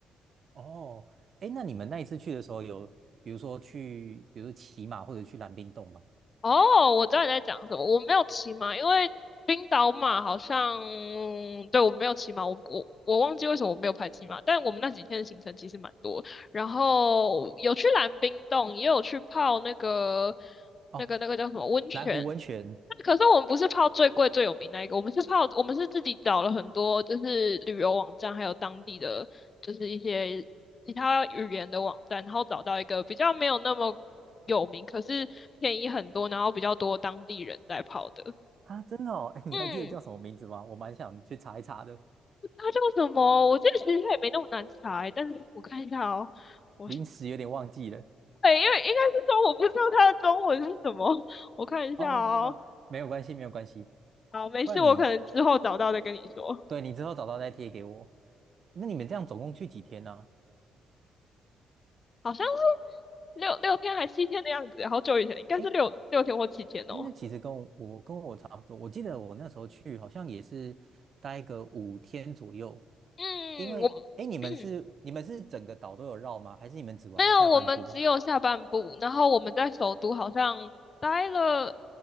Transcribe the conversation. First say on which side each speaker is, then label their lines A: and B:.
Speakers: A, on the right; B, on the left.
A: 哦，哎，那你们那一次去的时候有，比如说去，比如说骑马或者去蓝冰洞吗？
B: 哦，我知道你在讲什么，我没有骑马，因为冰岛马好像，对，我没有骑马，我我我忘记为什么我没有排骑马，但我们那几天的行程其实蛮多，然后有去蓝冰洞，也有去泡那个
A: 哦，
B: 那个那个叫什么温泉。
A: 蓝湖温泉
B: 可是我们不是泡最贵最有名那一个，我们是泡，我们是自己找了很多就是旅游网站，还有当地的就是一些其他语言的网站，然后找到一个比较没有那么有名，可是便宜很多，然后比较多当地人在泡的。
A: 啊，真的哦，哎，你还记得叫什么名字吗？
B: 嗯，
A: 我蛮想去查一查的。
B: 它叫什么？我记得其实它也没那么难猜，但是我看一下哦，我是
A: 临时有点忘记了。
B: 对，因为应该是说我不知道它的中文是什么，我看一下哦。
A: 哦哦哦，没有关系，没有关系。
B: 好，没事，
A: 不然你，
B: 我可能之后找到再跟你说。
A: 对，你之后找到再贴给我。那你们这样总共去几天呢、
B: 好像是六六天还七天的样子，好久以前，应该是六六天或七天哦。
A: 诶哎哎，那其实跟我我跟我差不多。我记得我那时候去好像也是待个五天左右，
B: 嗯，
A: 因为哎，
B: 我
A: 诶你们是你们是整个岛都有绕吗？
B: <clears throat>
A: 还是你们只玩下半部？
B: 没有，我们只有下半部，然后我们在首都好像待了